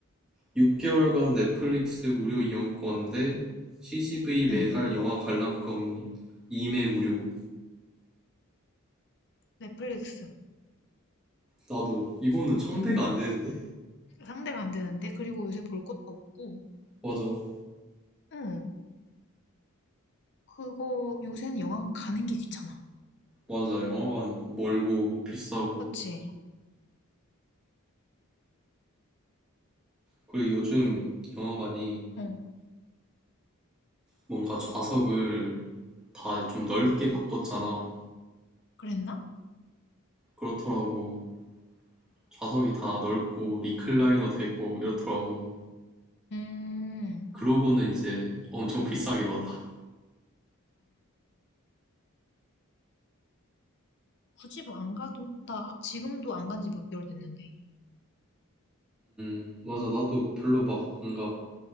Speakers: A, in the centre; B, on the left (about 50°).
A: 6개월간 넷플릭스 무료 이용권 대 CGV 매달
B: 응.
A: 영화 관람권 2매 무료.
B: 넷플릭스.
A: 나도 이거는 상대가 안 되는데?
B: 상대가 안 되는데 그리고 요새 볼 것도 없고
A: 맞아.
B: 응 그거 요새는 영화관 가는 게 귀찮아
A: 맞아. 영화관 멀고 비싸고.
B: 그치
A: 그리고 요즘 영화관이
B: 응어응
A: 뭔가 좌석을 다 좀 넓게 바꿨잖아.
B: 그랬나
A: 그렇더라고. 좌석이 다 넓고 리클라이너 되고 이렇더라고.
B: 응음아
A: 그러고는 이제 엄청 비싸게 받아.
B: 굳이 뭐 안 가도 나 지금도 안 간지 몇 개월 됐는데
A: 음, 맞아. 나도 별로 막 안 가.